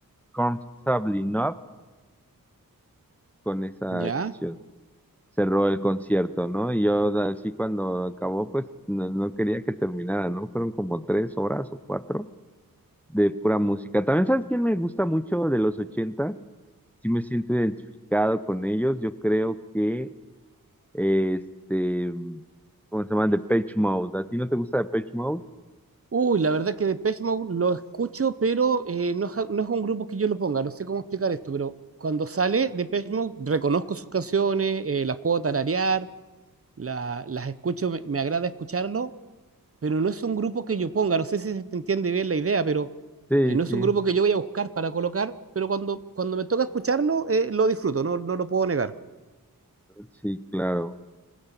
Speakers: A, in the centre; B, on the right.
A: Comfortably Numb, con esa
B: ya.
A: canción cerró el concierto, ¿no? Y yo así cuando acabó, pues no, no quería que terminara, ¿no? Fueron como tres horas o cuatro de pura música. También, ¿sabes quién me gusta mucho de los ochentas? Sí me siento identificado con ellos. Yo creo que, eh, este, ¿cómo se llama? Depeche Mode. ¿A ti no te gusta Depeche Mode?
B: Uy, la verdad que Depeche Mode lo escucho, pero eh, no, es, ja, no es un grupo que yo lo ponga, no sé cómo explicar esto, pero cuando sale Depeche Mode reconozco sus canciones, eh, las puedo tararear, la- las escucho, me, me agrada escucharlo, pero no es un grupo que yo ponga, no sé si se te entiende bien la idea, pero
A: Sí,
B: eh, no
A: sí,
B: es un grupo que yo voy a buscar para colocar, pero cuando, cuando me toca escucharlo, eh, lo disfruto, no, no lo puedo negar.
A: sí, claro.